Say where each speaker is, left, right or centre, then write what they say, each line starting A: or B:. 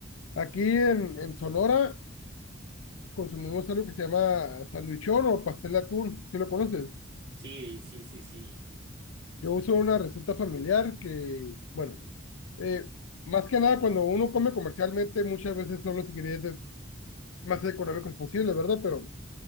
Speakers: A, on the left; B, on the right.
A: Aquí en, en Sonora consumimos algo que se llama sandwichón o pastel de atún, si lo conoces.
B: Sí, sí, sí, sí.
A: Yo uso una receta familiar que, bueno, eh, más que nada cuando uno come comercialmente, muchas veces son los ingredientes más económicos posibles, ¿verdad? Pero